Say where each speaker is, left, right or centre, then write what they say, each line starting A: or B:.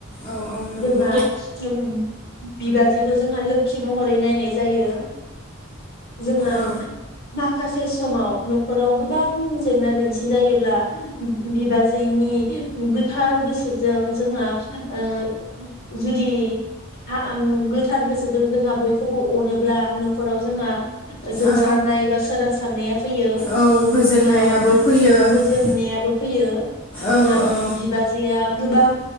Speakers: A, on the left; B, on the left.
A: औ औ नंगौ
B: जोंहा उम बिबाजैखौ जोंहा लोखि महरै नायनाय जायो जोंहा
A: औ
B: माखासे स समाव नखराव गोबां जेंना जेंसि जायोब्ला बि बिबाजैनि गोथार गोसोजों जोंहा ओ जुदि आ ओ गोथार गोसोजों जोंहा बयखौबो अनोब्ला नखराव जोंहा जोंसारनाय
A: औ
B: बा सोरां सारनाया फैयो
A: औ गोजोननायाबो
B: जोंहा
A: फैयो औ
B: गोजोननायाबो फैयो
A: औ
B: जोंहा बिबाजैआ गोबां